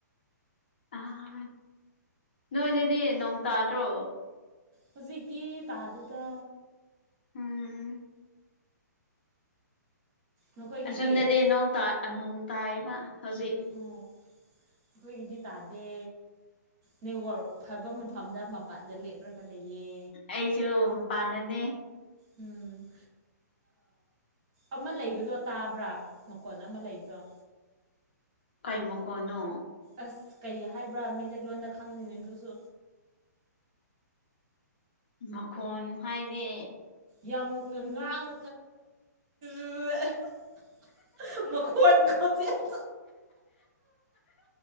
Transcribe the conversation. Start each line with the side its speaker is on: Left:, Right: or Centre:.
Left: ꯑꯥ ꯅꯣꯏꯗꯗꯤ ꯅꯣꯡ ꯇꯥꯗ꯭ꯔꯣ
Right: ꯍꯧꯖꯤꯛꯀꯤ ꯇꯥꯇꯦꯗ
Left: ꯎꯝ
Right: ꯅꯈꯣꯏꯒꯤꯗꯤ
Left: ꯑꯁꯣꯝꯗꯗꯤ
Right: ꯑꯣ
Left: ꯅꯣꯡ ꯇꯥꯏꯌꯦꯕ ꯍꯧꯖꯤꯛ
Right: ꯑꯣ ꯑꯩꯈꯣꯏꯒꯤꯗꯤ ꯇꯥꯗꯦ ꯅꯦꯠꯋꯥꯛ ꯐꯕ ꯃꯐꯝꯗ ꯃꯄꯥꯟꯗ ꯂꯦꯞꯂꯒ ꯂꯩꯌꯦ
Left: ꯑꯩꯁꯨ ꯃꯄꯥꯟꯗꯅꯦ
Right: ꯎꯝ ꯑꯃ ꯂꯩꯕꯗꯣ ꯇꯥꯕ꯭ꯔꯥ ꯃꯈꯣꯟ ꯑꯃ ꯂꯩꯕꯗꯣ
Left: ꯀꯩ ꯃꯈꯣꯟꯅꯣ
Right: ꯑꯁ ꯀꯩ ꯍꯥꯏꯕ꯭ꯔꯥ ꯃꯩꯇꯩꯂꯣꯟꯗ ꯈꯪꯗꯦꯅꯦ ꯑꯗꯨꯁꯨ
Left: ꯃꯈꯣꯟ ꯍꯥꯏꯗꯤ
Right: ꯌꯥꯝ ꯉꯥꯡ <inaudible> ꯃꯋꯥ ꯆ <inaudible>